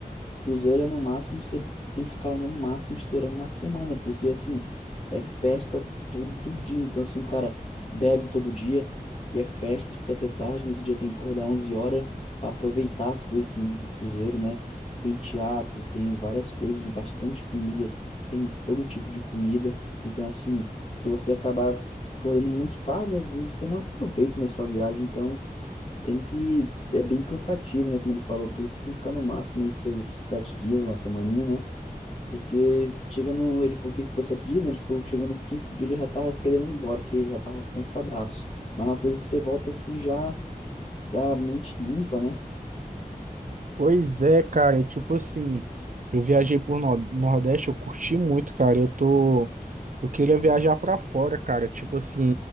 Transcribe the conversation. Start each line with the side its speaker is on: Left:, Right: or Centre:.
Left: cruzeiro é no máximo, você tem que ficar lá no máximo estourando uma semana, porque, assim, é festa todo dia. Então, assim, o cara bebe todo dia e é festa, fica até tarde. No outro dia tem que acordar 11 horas para aproveitar as coisas que tem do cruzeiro, né? Tem teatro, tem várias coisas, bastante comida, tem todo tipo de comida. Então, assim, se você acabar acordando muito tarde, às vezes você não aproveita, né, sua viagem. Então, tem que. É bem cansativo, né? Como ele falou, por isso que tem que ficar no máximo aí seus sete dias, uma semaninha, né? Porque chega no. Ele falou que ficou sete dias, né? Ele falou que chegou no quinto dia ele já tava querendo ir embora, que já tava cansadaço. Mas é uma coisa que você volta assim já da mente limpa, né?
Right: Pois é, cara, e tipo assim, eu viajei por no- Nordeste, eu curti muito, cara. Eu tô eu queria viajar pra fora, cara, tipo assim,